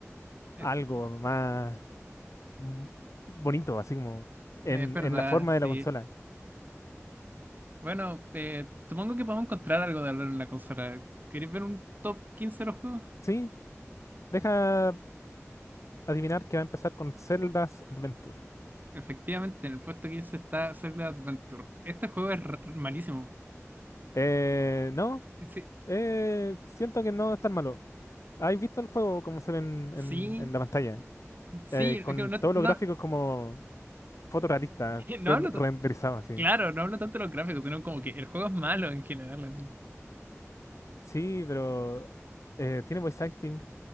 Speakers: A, on the right (about 35°); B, on the left (about 75°).
A: Este,
B: algo más mm, bonito, así como en,
A: eh, es verdad,
B: en la forma de
A: sí.
B: la consola.
A: Bueno, eh, supongo que podemos encontrar algo de hablar en la consola. ¿Queréis ver un top 15 de los juegos?
B: Sí, deja... adivinar que va a empezar con Zelda's Adventure.
A: Efectivamente, en el puesto 15 está Zelda Adventure. Este juego es r- malísimo.
B: Eh, no,
A: Sí,
B: eh, siento que no es tan malo. ¿Has visto el juego como se ve en,
A: sí,
B: en- en la pantalla?
A: sí,
B: Eh, con
A: es que no,
B: todos
A: no,
B: los gráficos como fotorrealistas,
A: <laughs> no
B: ren-
A: hablo.
B: renderizados así.
A: Claro, no hablo tanto de los gráficos, sino como que el juego es malo en general. así.
B: Sí, pero eh, tiene voice acting